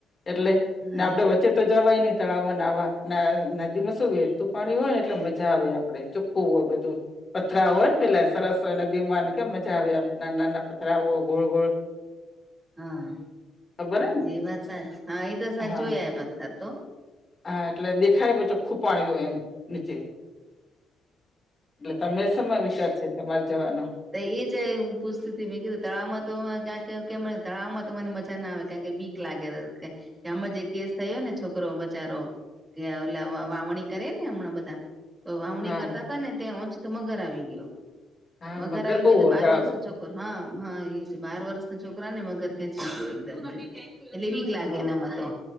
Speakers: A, on the left; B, on the right.
A: એટલે,
B: હા
A: ને આપડે વચ્ચે તો જવાય નહી. તળાવમાં નાવા, ને નદી માં શું વેહતું પાણી હોયને એટલે મજા આવે, આપડે ચોખ્ખું હોય બધું. પથરા હોયન પેલા સરસ, હોય નદીમાંને કેમ મજા આવે એમ ના નાના પથરાઓ ગોળ ગોળ.
B: હા
A: ખબર હે ને
B: એ વાત સા, હા એ તો સા
A: હા
B: જોયા પથ્થા તો.
A: હા એટલે દેખાય પછ ચોખ્ખું પાણી હોય, એમ નીચે. એટલે તમને સમા વિચાર છે, તમારે જવાનો?
B: ત્ય એ જ એ હુ પૂસતી તી, મે કીધું તળાવમાં તો ક કે કે મને તળાવમાં તો મને મજા ના આવે કારણકે બીક લાગે રર કે, કે હમા જે કેસ થયો ને છોકરો બચારો. લેવ લેવા વાવણી કરે ને હમણાં બધા. તો વાવણી
A: હા
B: કરતા હતાને, ત્યા ઓંચીતો મગર આવી ગયો,
A: હા
B: મગર આવી
A: બહુ
B: ગયોને
A: હોય
B: તો બાર
A: તળાવમાં
B: વર્ષનો છોખ હા હા ઈ છે, બાર વર્ષના છોકરા ને મગર ખેચી ગયો એકદમ થી. એટલે બીક લાગે
A: હા
B: એનામાં તો,